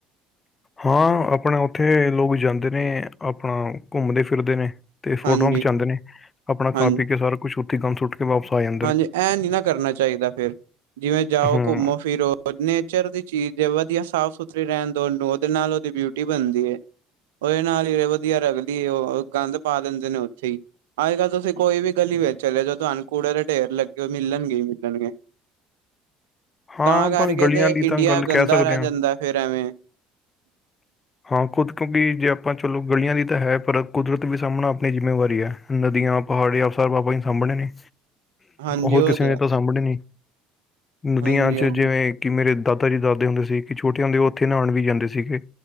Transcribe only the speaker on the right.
ਹਾਂਜੀ
ਹਾਂਜੀ।
ਹਾਂਜੀ ਐ ਨੀ ਨਾ ਕਰਨਾ ਚਾਹੀਦਾ ਫੇਰ ਜਿਵੇਂ ਜਾਓ
ਘੁੰਮੋ ਫਿਰੋ ਉਹ ਨੇਚਰ ਦੀ ਚੀਜ਼ ਹੈ ਵਧੀਆ ਸਾਫ਼ ਸੁਥਰੀ ਰਹਿਣ ਦਓ ਉਹਦੇ ਨਾਲ ਉਹਦੀ ਬਿਊਟੀ ਬਣਦੀ ਏ। ਉਹਦੇ ਨਾਲ ਹੀ ਤੇ ਵਧੀਆ ਰਗਦੀ ਉਹ ਗਂਦ ਪਾ ਦਿੰਦੇ ਨੇ ਉੱਥੇ ਹੀ ਅੱਜ ਕੱਲ ਤੁਸੀਂ ਕੋਈ ਵੀ ਗਲੀ ਵੇਚ ਚੱਲੇ ਜਾਓ ਤੁਹਾਨੂੰ ਕੂੜੋ ਦੇ ਢੇਰ ਲੱਗੇ ਹੋਏ ਮਿਲਣਗੇ ਹੀ ਮਿਲਣਗੇ।
ਤਾਂ
ਕਰਕੇ
ਤੇ
ਇੰਡੀਆ
ਗੰਦਾ
ਰਹਿ
ਜਾਂਦਾ ਫੇਰ ਐਵੇ।
ਹਾਂਜੀ
ਉਹ
ਤੇ
ਹੈ
ਹਾਂਜੀ
ਹਾਂਜੀ